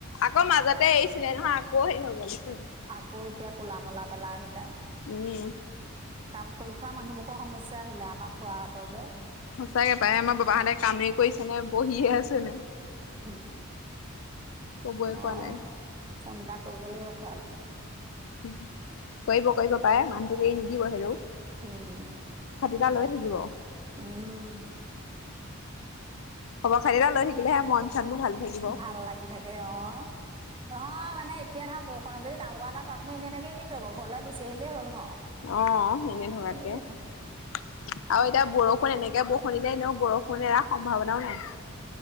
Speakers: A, on the left; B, on the right.
A: আকৌ মাজতে এৰিছিলে নহয়, আকৌ হেৰি হ গলি
B: আকৌ এতিয়া কলা মলা পেলাই আহিলে,
A: উম,
B: কাম কৰি খোৱা মানুহবোৰৰ সমস্যা আহিলে আমাৰ খোৱা হাতত যে
A: সঁচাকে পায় আমাৰ বাবাহঁতে কামেই কৰিছে নে বহিয়ে আছে নে
B: উম!
A: ক'বই
B: মই
A: পৰা নাই।
B: চিন্তা কৰিব লাগিব খোৱালে।
A: হু কৰিব কৰিব পাৰে মানুহটোক এৰি নিদিব হেও।
B: উম
A: তা লৈ থাকিব।
B: উম।
A: খবৰ খাতি এটা লৈ থাকিলেহে মন চনবোৰ ভালে থাকিব।
B: ভাল লাগি থাকে অ নহয় মানে এতিয়া ধৰা বৰষুণ যদি কাম কৰা নাই তাতনো এনেই থাকে কি কৰিব ঘৰলৈ গুচি আহিলেই হ'ল ন,
A: অ এনে থকাতকে
B: সেইটো
A: আৰু
B: কথা
A: এতিয়া বৰষুণ এনেকে ব শুনিলে এনেও বৰষুণ এৰা সম্ভাৱনাও নাই।